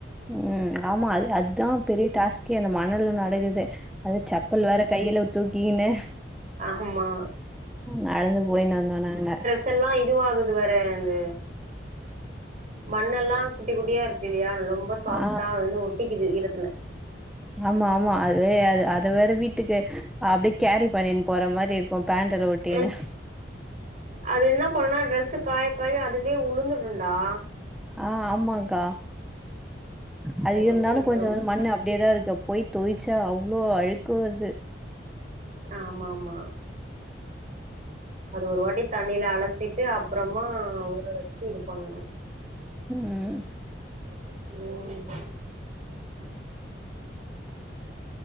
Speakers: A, in the centre; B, on the right.
A: ம் ஆமா அது அத்தா பெரிய டாஸ்கே அந்த மண்ணல நடக்கரதே அது செப்பல் வேற கையில தூக்கிகினு
B: ஆமா
A: நடந்து போயின்னு வந்தோ நாங்க
B: இதெல்லா இதுவகுது வேற அந்த மண்ணெல்லா குட்டி குட்டியா இருக்குல்லயா ரொம்ப சாஃப்ட்டா
A: ஆ
B: அது வந்து ஒட்டிக்குது ஈரத்துல
A: ஆமா ஆமா அதுவே அது அது வேற வீட்டுக்கு அப்டியே கேரி பன்னின் போற மாரி இருக்கு பேண்ட்டல ஒட்டின்னு
B: ம் அது என்ன பண்ணுனா ட்ரெஸ்ஸு காயக்காய அதுவே உளுந்துடுண்டா
A: ஆ ஆமாக்கா அது
B: உளுந்து
A: இருந்தாலு
B: விட்ரு
A: கொஞ்சோ வந்து மண்ணு அப்டே தா இருக்கு போய் தொயிச்சா அவ்ளோ அழுக்கு வருது
B: ஆமாம்மா அது ஒரு வாட்டி தண்ணீல அலசிட்டு அப்பறமா ஊற வச்சு இது பண்ணணு
A: ம்
B: ம்